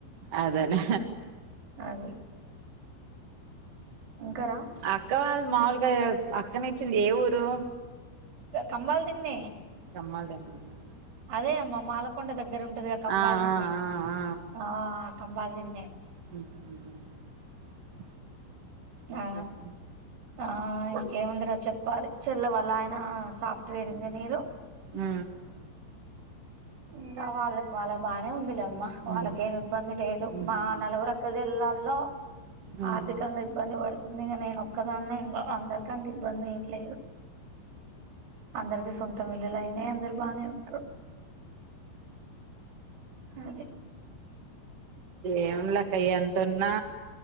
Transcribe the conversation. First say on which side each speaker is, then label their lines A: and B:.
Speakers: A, on the right (about 45°); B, on the right (about 85°).
A: అదేనే
B: అది ఇంకారా
A: అక్క వాళ్ళు మాములుగా అక్కని ఇచ్చింది ఏ ఊరు
B: <unintelligible>
A: <unintelligible>
B: అదేనమ్మ మాల్కొండ దగ్ దగ్గర ఉంటదిగా కంబాలు
A: ఆ
B: దిన్నే
A: ఆ ఆ
B: ఆ కంబాల దిన్నె
A: <unintelligible> ఇంకా
B: ఆ
A: అక్క
B: ఆ ఇంకేం ఉందిరా చెప్పాలి చెల్ల వల్ల ఆయన సాఫ్ట్వేర్ ఇంజినీర్ ఉ
A: ఆ
B: ఇంకా వాళ్ళ వాళ్ళ బానే ఉంది లే అమ్ వాళ్ళకేమి
A: ఉమ్
B: ఇబ్బంది లేదు
A: ఉహు
B: మా నలుగురక్కలు వెళ్ళాల హలో
A: ఉమ్
B: ఆర్థికంగా ఇబ్బంది పడతుంది ంది ఇక నేను ఒక్కదాన్నే ఇంకా అందరు అంత ఇబ్బంది ఏం లేదు అందరికి మొత్తం <unintelligible> అయినే అందరు బానే ఉంటారు అదే
A: ఏం లే అక్క ఎంత ఉన్నా